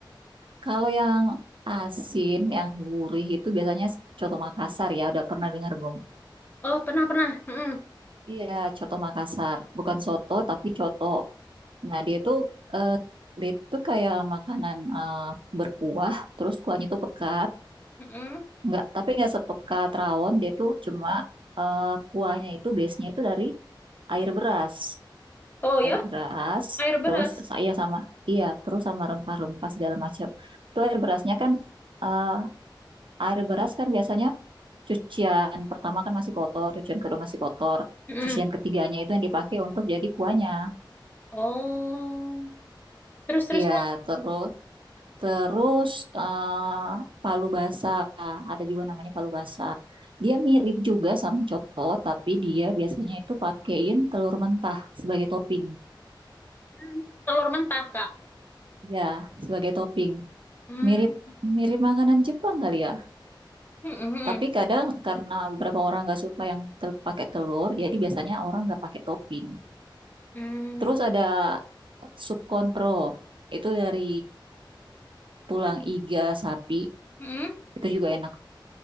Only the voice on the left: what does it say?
Oh pernah pernah. Mm-mm.
Mm-mm.
Oh ya.
Air beras.
Mm-mm.
Oh. Terus terus
kok
mm, telur mentah, Kak.
Hmm.
Mm-mm, mm-mm.
Mm,
mm-mm,